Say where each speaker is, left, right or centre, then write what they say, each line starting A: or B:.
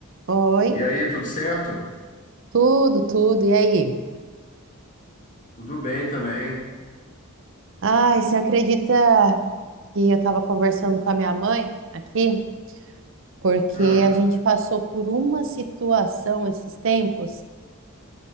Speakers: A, on the right; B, on the left.
A: Oi,
B: E aí, tudo certo?
A: Tudo, tudo. E aí?
B: Tudo bem também.
A: ai, você acredita que eu estava conversando com a minha mãe aqui? Porque
B: Ah,
A: a gente passou por uma situação esses tempos,